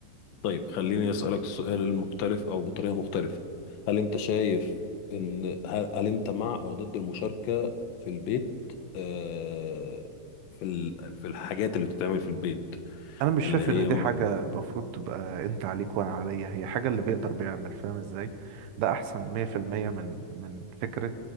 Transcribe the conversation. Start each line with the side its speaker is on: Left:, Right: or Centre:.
Left: طيب خليني اسألك السؤال المختلف او بطريقة مختلفة هل انت شايف ان هل, هل انت مع او ضد المشاركة في البيت أه في ال... في الحاجات اللي بتتعمل في البيت
Right: انا مش
Left: اللي
Right: شايف
Left: هي
Right: ان دي
Left: مع
Right: حاجه المفروض تبقى انت عليك وانا عليا هي حاجه اللي بيقدر بيعمل فاهم ازاي ده احسن 100% من من فكره